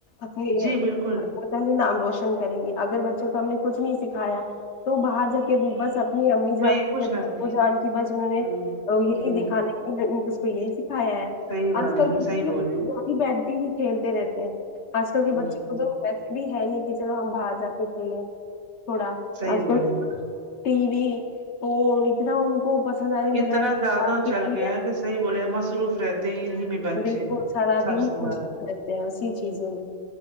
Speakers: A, on the left; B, on the right.
A: اپنے
B: جی
A: اپنا
B: بالکل
A: ہی نام روشن کریگے اگر بچوں کو ہم نے کچھ نہیں سکھایا تو باہر جا کےبھی بس اپنی امی جان
B: وہی کچھ
A: <unintelligible> ابو
B: نہ ہ
A: جان کی بس میں نے
B: ہ
A: آ، یہی دیکھانا ہے اس کو یہی سکھایا ہے
B: صحیح والے
A: آج کل
B: ہیں
A: کے
B: صحیح بولے
A: <inaudible> بیٹھ کے ہی کھیلتے رہتے ہیں آج کل کے
B: ہ
A: بچوں کو تو ویسے بھی ہے نہیں کہ چلو ہم باہر جا کے کھیلیں تھوڑا
B: صحیح
A: آج
B: بولے
A: کل
B: ہیں۔
A: ٹی وی تو اتنا ان کو پسند آنے
B: اتنا
A: لگا ہے
B: زیادہ
A: باہر کی
B: چل
A: دنیا
B: گیا ہے کہ صحیح بولے ہم مصروف رہتے ہیں ہی ان میں بچے
A: بالکل سارا
B: سب
A: دن
B: سے زیادہ
A: مصروف رہتے ہیں اسی چیزوں میں